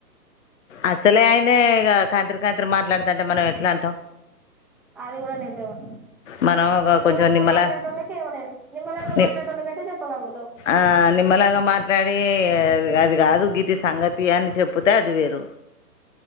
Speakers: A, on the left (about 50°); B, in the centre.
A: అస్సలే ఆయనే కంతిరి కంతిరి మాట్లాడతంటే మనం ఎట్ల అంటాం
B: అది కూడా నిజమే
A: మనం ఒక
B: నిమ్మలంగా
A: కొంచెం నిమ్మలా
B: మాట్లాడేటోళ్ళకి ఏమలేదు నిమ్మలంగా
A: నిమ్
B: మాట్లాడేటోళ్ళకి అయితే చెప్పగలుగుతావు
A: ఆ నిమ్మలంగ మాట్లాడి అది గాదు ఇది సంగతి అని చెపుతే అది వేరు